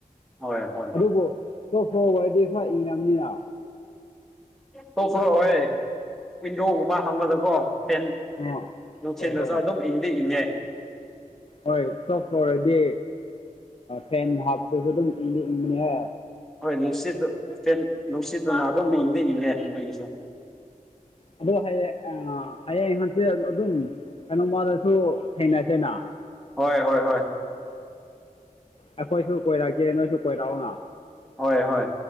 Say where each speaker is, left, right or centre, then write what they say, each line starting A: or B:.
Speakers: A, in the centre; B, on the left.
A: ꯍꯣꯏ ꯍꯣꯏ
B: ꯑꯗꯨꯕꯨ ꯇꫭꯞ ꯐ꯭ꯂꯣꯔꯗꯥ ꯈꯔ ꯏꯪꯉꯅꯤꯅ
A: ꯇꯣꯞ ꯐꫭꯔ ꯑꫭꯏꯌ‌ꯦ ꯋꯤꯟꯗꯣꯒꯨꯝꯕ ꯍꯥꯡꯕꯗꯀꯣ ꯐꯦꯟ
B: ꯑꯥ
A: ꯅꯨꯡꯁꯤ
B: ꯍꯣꯏ
A: ꯅꯁꯨ
B: ꯍꯣꯏ
A: ꯑꯗꯨꯝ ꯏꯪꯗꯤ ꯏꯪꯉꯦ
B: ꯍꯣꯏ ꯇꯣꯞ ꯐ꯭ꯂꯣꯔꯗꯤ ꯐꯦꯟ ꯑ ꯍꯥꯞꯄꯗꯁꯨ ꯑꯗꯨꯝ ꯏꯪꯗꯤ ꯏꯪꯕꯅꯦ ꯍꯦ
A: ꯍꯣꯏ ꯅꯨꯡꯁꯤꯠꯇ ꯐꯦꯟ ꯅꯨꯡꯁꯤꯠꯇꯨꯅ ꯑꯗꯨꯝ ꯏꯪꯗꯤ ꯏꯪꯉꯦ ꯃꯣꯏꯒꯤꯁꯨ
B: ꯑꯗꯣ ꯍꯌꯦꯡ ꯍꯌꯦꯡ ꯍꯪꯆꯤꯠ ꯑꯗꯨꯝ ꯀꯩꯅꯣ ꯃꯗꯁꯨ ꯊꯦꯡꯅꯁꯦꯅ
A: ꯍꯣꯏ ꯍꯣꯏ ꯍꯣꯏ
B: ꯑꯩꯈꯣꯏꯁꯨ ꯀꯣꯏꯔꯛꯀꯦ ꯅꯣꯏꯁꯨ ꯀꯣꯏꯔꯛꯎꯅ
A: ꯍꯣꯏ ꯍꯣꯏ